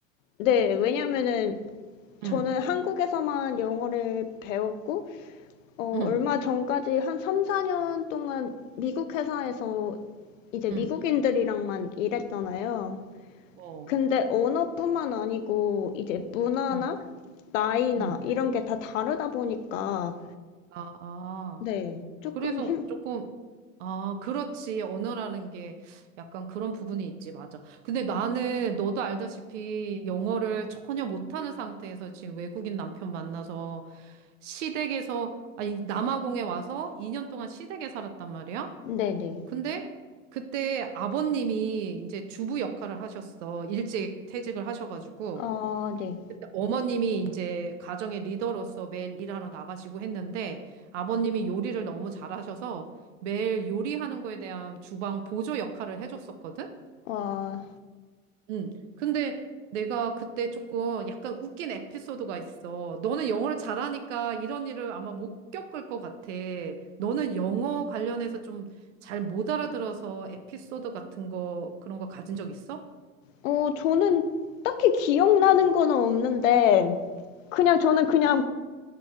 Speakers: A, on the left (about 70°); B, on the right (about 65°).
A: 네, 왜냐면은 저는
B: 응,
A: 한국에서만 영어를 배웠고, 어,
B: 응,
A: 얼마 전까지 한 3, 4년 동안 미국 회사에서 이제 미국인들이랑만
B: 응,
A: 일했잖아요.
B: 어.
A: 근데 언어뿐만 아니고 이제 문화나
B: 응,
A: 나이나
B: 응.
A: 이런 게 다 다르다 보니까,
B: 아, 아.
A: 네, 조금
B: 그래서
A: 힘,
B: 조금, 아, 그렇지. 언어라는 게 약간 그런 부분이 있지. 맞아. 근데 나는 너도 알다시피 영어를 전혀 못하는 상태에서 지금 외국인 남편 만나서 시댁에서, 아니, 남아공에 와서 2년 동안 시댁에 살았단 말이야.
A: 네네.
B: 근데 그때 아버님이 이제 주부 역할을 하셨어. 일찍 퇴직을 하셔가지고.
A: 아, 네.
B: 어머님이 이제 가정의 리더로서 매일 일하러 나가시고 했는데 아버님이 요리를 너무 잘하셔서 매일 요리하는 거에 대한 주방 보조 역할을 해줬었거든?
A: 와,
B: 응. 근데 내가 그때 조금 약간 웃긴 에피소드가 있어. 너는 영어를 잘하니까 이런 일을 아마 못 겪을 것 같아. 너는 영어 관련해서 좀 잘 못 알아들어서 에피소드 같은 거 그런 거 가진 적 있어?
A: 어, 저는 딱히 기억나는 거는 없는데, 그냥 저는 그냥